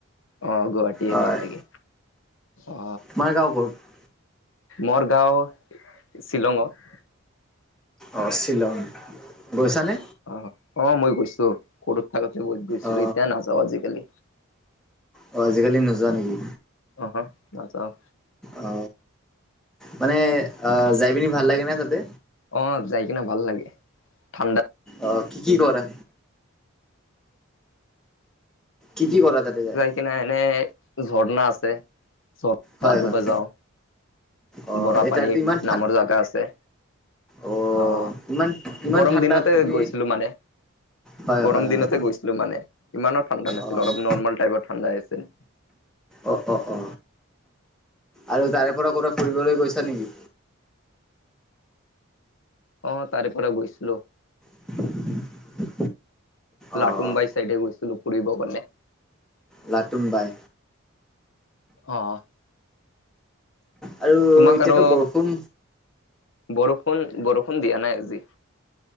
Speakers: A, on the left; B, in the centre.
A: অ গুৱাহাটীয়ে
B: হয়
A: ভাল লাগে, অ।
B: তোমাৰ গাঁও ক'ত?
A: মৰ গাঁও শ্বিলঙত।
B: অ শ্বিলং, গৈছানে?
A: অ অ মই গৈছো সৰু থাকোতে বহুত গৈছিলো
B: অ
A: এতিয়া নাযাও আজিকালি।
B: অ আজিকালি নোযোৱা নেকি?
A: অহা নাযাওঁ।
B: অ মানে আহ যাই পিনি ভাল লাগে না তাতে?
A: অ যাই কিনে ভাল লাগে, ঠাণ্ডাত।
B: অ কি কি কৰা? কি কি কৰা তাতে যায়?
A: কিনা এনে ঝৰ্ণা আছে, ঝৰ্ণা
B: হয়
A: গা ধুব
B: হয়,
A: যাওঁ।
B: অ',
A: বৰাপানী
B: এই তাতো ইমান ঠা
A: নামৰ জেগা আছে।
B: অ',
A: অহ
B: ইমান ইমান
A: গৰম
B: ঠাণ্ডাত
A: দিনতে
B: তুমি
A: গৈছিলো মানে।
B: হয়
A: গৰম
B: হয়
A: দিনতে
B: হয়,
A: গৈছিলো মানে ইমানো ঠাণ্ডা নাছিল
B: অ',
A: অলপ নৰ্মেল টাইপৰ ঠাণ্ডা আছিল।
B: অ অ অ আৰু তাৰে পৰা ক'বাত ফুৰিবলৈ গৈছা নেকি?
A: অ তাৰে পৰা গৈছিলো
B: <inaudible> অ',
A: লাটুমবাইৰ চাইডে গৈছিলো ফুৰিব গণে
B: লাটুম বাই
A: অ
B: আৰু
A: তোমাক
B: এতিয়াতো
A: আৰু
B: বৰষুণ
A: বৰষুণ বৰষুণ দিয়া নাই আজি